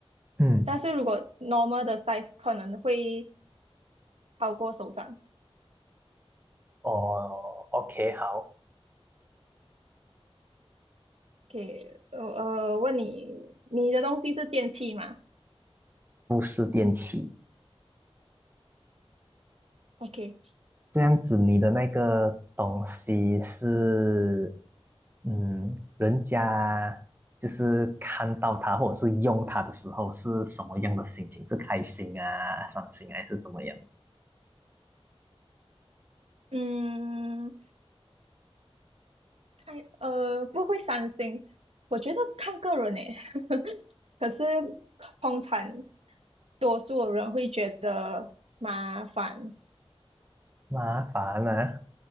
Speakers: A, on the right; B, on the right.
A: 嗯，
B: 但是如果 normal 的 size 可能会超过手掌。
A: 哦，OK，好，
B: OK，呃呃，问你，你的东西是电器吗
A: 不是电器。
B: ？OK，
A: 这样子，你的那个东西是，嗯，人家就是看到它或者是用它的时候是什么样的心情？是开心啊、伤心啊还是怎么样？
B: 嗯。太呃不会伤心，我觉得看个人诶。<laughs> 可是通常多数人会觉得麻烦。
A: 麻烦啊